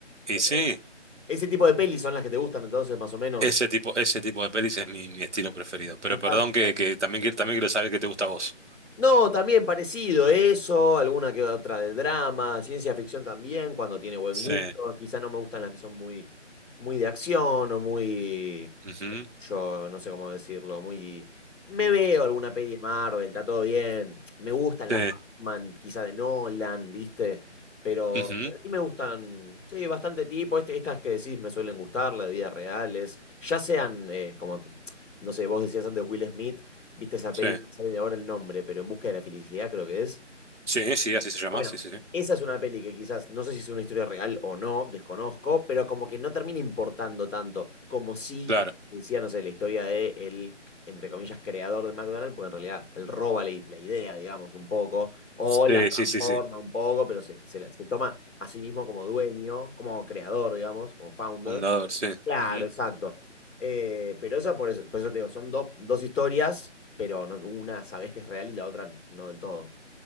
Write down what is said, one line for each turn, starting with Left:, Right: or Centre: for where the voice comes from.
Right: Y
Centre: Eh,
Right: sí,
Centre: Ese tipo de pelis son las que te gustan entonces, más o menos.
Right: ese tipo, ese tipo de pelis es mi, mi estilo preferido. Pero
Centre: Pensando.
Right: perdón que, que también, quiero- también quiero saber qué te gusta a vos.
Centre: No, también parecido eso, alguna que otra de drama, ciencia ficción también, cuando tiene buen
Right: Sí.
Centre: gusto. Quizá no me gustan las que son muy, muy de acción o muy,
Right: Ujú,
Centre: yo no sé cómo decirlo, muy... Me veo alguna peli de Marvel, está todo bien. Me gustan
Right: Sí.
Centre: las Batman, quizá de Nolan, ¿viste? Pero
Right: ujú,
Centre: a mí me gustan, sí, bastante tipo. Este, estas que decís me suelen gustar, las de vidas reales. Ya sean, eh, como, no sé, vos decías antes Will Smith, ¿viste esa
Right: Sí.
Centre: peli? No me sale ahora el nombre, pero En busca de la felicidad creo que es.
Right: Sí, sí, así se llama.
Centre: Bueno,
Right: Sí, sí, sí.
Centre: esa es una peli que quizás, no sé si es una historia real o no, desconozco, pero como que no termina importando tanto, como si
Right: Claro.
Centre: decía, no sé, la historia de el, entre comillas, creador de McDonald's, porque en realidad él roba la, i- la idea, digamos, un poco, o
Right: Sí,
Centre: la transforma
Right: sí, sí, sí.
Centre: un poco, pero se, se, la- se toma a sí mismo como dueño, como creador, digamos, como founder.
Right: Fundador, sí.
Centre: Claro,
Right: ujú.
Centre: exacto. Eh, pero eso por, eso, por eso te digo, son dos dos historias, pero no- una sabés que es real y la otra no del todo.